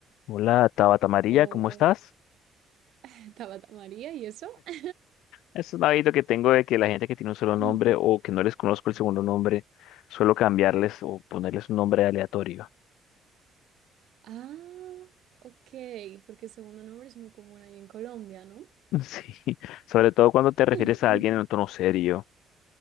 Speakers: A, on the left; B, on the right.
A: Hola, Tabata María,
B: O
A: ¿cómo estás?
B: <laughs> Tabata María y eso. <clears throat>
A: Es un hábito que tengo de que la gente que tiene un solo nombre
B: <laughs>
A: o que no les conozco el segundo nombre, suelo cambiarles o ponerles un nombre aleatorio.
B: Ah, ok, porque el segundo nombre es muy común ahí en Colombia, ¿no?
A: <laughs> Sí, sobre todo cuando te refieres
B: <laughs>
A: a alguien en un tono serio.